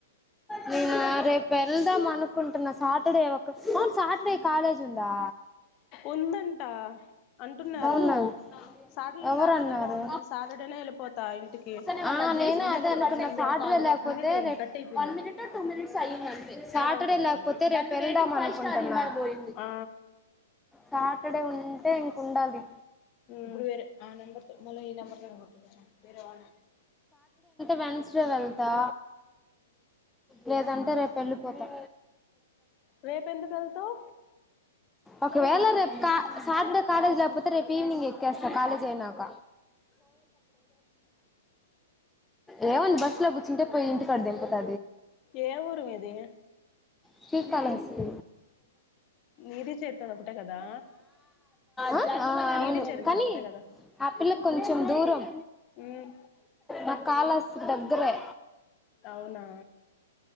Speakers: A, in the centre; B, on the left.
A: నేను రేపు వెళ్దాం అనుకుంటున్నా. సాటర్డే ఒక అవును సాటర్డే కాలేజ్ ఉందా.
B: ఉందంట అంటున్నారు
A: బాగున్నాను
B: సాట లో
A: ఎవరన్నారు
B: లేకపోతే బాగుండు సాటర్డేనే వెళ్ళిపోతా. ఇంటికి
A: ఆ
B: అప్పుడు
A: నేను అదే అనుకున్నా
B: వన్
A: సాటర్డే
B: అండ్
A: లేకపోతే
B: హఫ్ మినిట్ అయింది
A: రేపు
B: కటి ప్
A: వన్ మినిట్ టూ మినిట్స్ అయింది అంతే సాటర్డే
B: అవుతదా
A: లేకపోతే రేపు వెళ్దంది
B: ఆ
A: సాటర్డే ఉంటే ఇంక ఉండాలి
B: ఇప్పుడు వేరే ఆ నంబర్ తో మళ్ళ ఈ నంబర్ తో వేరే వాళ
A: వెన్స్ డే వెళ్తా లేదంటే రేపు వెళ్ళిపోతా.
B: రేపు ఎందుకు వెళ్తావ్
A: ఒకేవేళ రేపు సాటర్డే కాలేజ్ లేకపోతే రేపు ఈవినింగ్ ఎక్కేస్తా. కాలేజ్ అయినాక రేవన్ బస్ లో కు అంటే పోయింటిం తెలుసా
B: ఏ ఊరు మీది
A: శ్రీకాల హస్తి
B: నీది చరితది ఒకటే కదా
A: న అవును
B: నీది చరితది
A: కానీ
B: ఒకటే కదా
A: ఆ పిల్ల కి కొంచెం దూరం
B: మ్మ్
A: నాకు కాళ దగ్గరే
B: అవునా